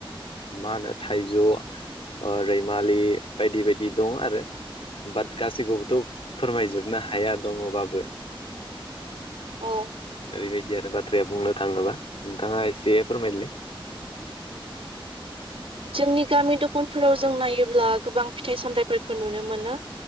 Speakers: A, on the left; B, on the right.
A: मा होनो थाइजौ रैमालि बायदि बायदि दं आरो बाट गासैखौबो थ' फोरमायजोबनो हाया दङबाबो।
B: औ।
A: ओरैबायदि आरो बाथ्राया बुंनो थाङोब्ला नोंथाङा एसे फोरमायलै
B: जोंनि गामि दखानफोराव जों नायोब्ला गोबां फिथाइ सामथायाइफोरखौ नुनो मोनो।